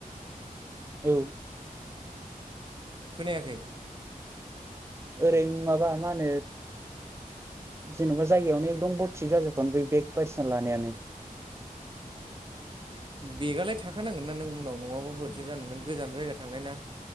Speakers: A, on the right; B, on the right.
A: औ
B: खोनायाखै?
A: ओरै माबा मा होनो जेनेबा जायगायावनो एकदम थिक जाजोबगानो बै बेग बायदिसिना लानायानो।
B: बेगालाय थाखानांगोन ना नों उनाव नङाबा बोरै थो जानो नों गोजान जायगा थांनाय ना।